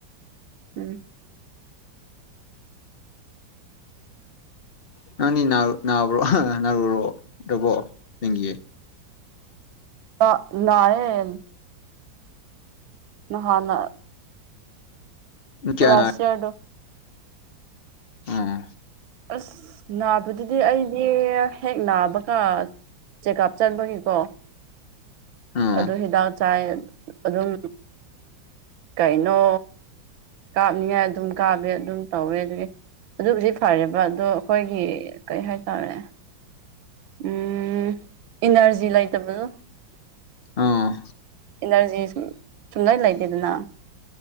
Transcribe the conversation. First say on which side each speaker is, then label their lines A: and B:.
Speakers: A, on the right; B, on the left.
A: ꯎꯝ
B: ꯅꯪꯅꯤꯅꯥ ꯅꯥꯕ꯭ꯔꯣ ꯅꯥꯔꯨꯔꯣ ꯗꯨꯒꯣ ꯗꯤꯡꯒꯤ
A: ꯑ ꯅꯥꯌꯦꯟ ꯅꯍꯥꯟꯅ
B: ꯀꯌꯥ
A: ꯋꯥꯁꯌꯥꯔꯗꯣ
B: ꯎꯝ
A: ꯑꯁ ꯅꯥꯕꯗꯨꯗꯤ ꯑꯩꯗꯤ ꯍꯦꯛ ꯅꯥꯕꯒ ꯆꯦꯛꯑꯞ ꯆꯟꯕꯒꯤꯀꯣ
B: ꯑꯣ
A: ꯑꯗꯨ ꯍꯤꯗꯥꯛ ꯆꯥꯏ ꯑꯗꯨꯝ ꯀꯩꯅꯣ ꯀꯥꯞꯅꯤꯡꯉꯥꯏ ꯑꯗꯨꯝ ꯀꯥꯞꯕ ꯑꯗꯨꯝ ꯇꯧꯋꯦ ꯑꯗꯨꯒꯤ ꯑꯗꯨꯕꯨꯗꯤ ꯐꯔꯦꯕ ꯑꯗꯣ ꯑꯈꯣꯏꯒꯤ ꯀꯩ ꯍꯥꯏꯇꯥꯔꯦ ꯎꯝ ꯏꯅꯔꯖꯤ ꯂꯩꯇꯕꯜ
B: ꯑꯣ
A: ꯏꯅꯔꯖꯤ ꯁꯨꯝ ꯁꯨꯡꯂꯩ ꯂꯩꯇꯦꯗꯅ